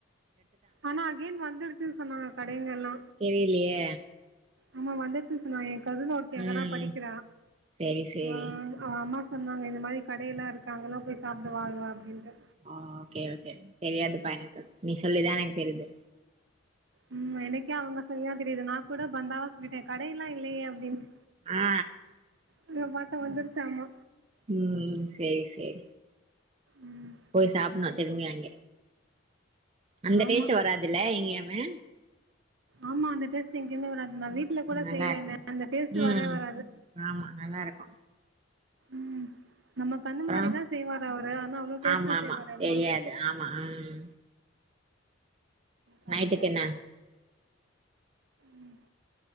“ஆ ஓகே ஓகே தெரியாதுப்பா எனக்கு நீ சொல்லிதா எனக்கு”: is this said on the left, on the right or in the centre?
Right